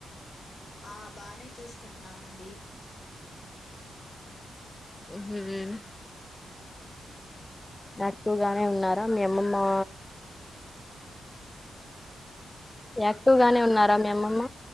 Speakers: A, on the left; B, on the left.
A: ఆ బానే చూసుకుంటున్నా అండి
B: మ్మ్ హ్ హ్ యాక్టివ్‌ గానే ఉన్నారా మీ అమ్మమ్మా యాక్టివ్ గానే ఉన్నారా మీ అమ్మమ్మ